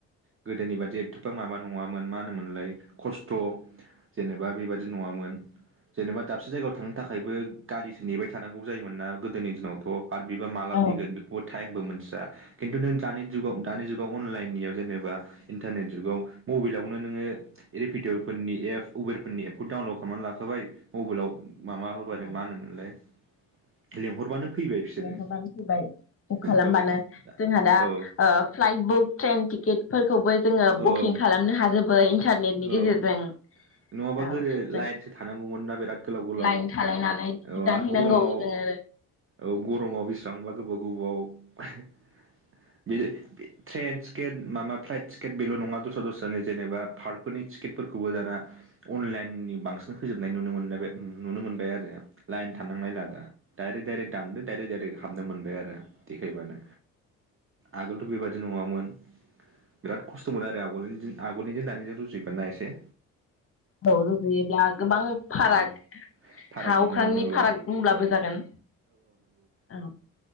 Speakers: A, on the right; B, on the left.
A: गोदोनि बादि एथ'फां माबा नङा? मा होनोमोनलाय खस्थ' जेनेबा बेबादि नङामोन । जेनेबा दाबसे जायगायाव थांनो थाखायबो गारिसो नेबाय थानांगौ जायोमोन ना? गोदोनि दिनावथ' आर बिबा माला
B: औ
A: फैगोन बेखौबो टाइमबो मोनथिया खिन्थु नों दानि जुगाव दानि जुगाव अनलाइन नियाव जेनेबा इन्टारनेट जुगाव बेयावनो नोङो रिपिडय'फोरनि एप - उबेरफोरनि एपखौ डाउनलड खालामनानै लाखाबाय मबाइलाव। माबा होबानो
B: औ
A: मा होनोमोनलाय लिंहरबानो फैबाय बिसोरो
B: लेंहरबानो फैबाय बुक खालामबानो
A: औ
B: जोंहा दा
A: औ
B: ओ-फ्लाइट बुक ट्रेन टिकेट फोरखौबो जोङो बुकिं
A: औ
B: खालामनो हाजोबो इन्टारनेटनि गेजेरजों
A: औ
B: औ
A: नङाबा
B: जों
A: गोदो लाइनसो थानांगौमोन ना बिराद गोलाव गोलाव
B: लाइन थालायनानै
A: औ
B: दानहैनांगौ
A: आरो गरमाव
B: जोङो।
A: औ गरमाव बेसेबांबा गोबाव गोबाव <unintelligible> ट्रेन टिकेट मामा फ्लाइट टिक <unintelligible> बेल' नङा दस्रा दस्रानि जेनेबा पार्कफोरनि टिकेटफोरखौबो दाना अनलाइननि बांसिन होजोबनाय नुनो मोनोना बे नुनो मोनबाय आरो लाइन थांनायला दा डाइरेक डाइरेक दानदो डाइरेक डाइरेक। हाबनो मोनबाय आरो। देखायबानो आगोलथ' बेबादि नङामोन। बिराद खस्थ' मोनो आरो आवगोलनि दिन आगोलनिजों दानिजों रुजुयोबा ना एसे।
B: औ रुजुयोब्ला गोबां फाराग
A: औ फाराग
B: हा अख्रांनि
A: नुनो मोनो
B: फाराग
A: औ
B: बुंब्लाबो जागोन औ।